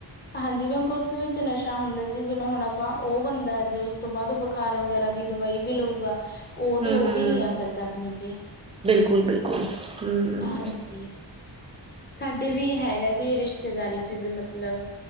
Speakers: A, on the left (about 25°); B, on the right (about 15°).
A: ਹਾਂਜੀ ਕਿਉਂਕਿ ਉਸਦੇ ਵਿੱਚ ਨਸ਼ਾ ਹੁੰਦਾ ਜੀ ਜਿਵੇਂ ਹੁਣ ਆਪਾਂ ਉਹ ਬੰਦਾ ਜੇ ਉਸ ਤੋਂ ਬਾਅਦ ਬੁਖਾਰ ਵਗੈਰਾ ਦੀ ਦਵਾਈ ਵੀ ਲਊਗਾ ਉਹ ਤੇ
B: ਹਮ
A: ਉਹ
B: ਹਮ
A: ਵੀ ਹੀ ਅਸਰ ਕਰਨੀ ਜੇ।
B: ਬਿਲਕੁਲ ਬਿਲਕੁਲ। ਹਮ
A: ਹਾਂਜੀ ਸਾਡੇ ਵੀ ਹੈਗਾ। ਜੇ ਰਿਸ਼ਤੇਦਾਰੀ ਚ ਵੀ ਮਤਲਬ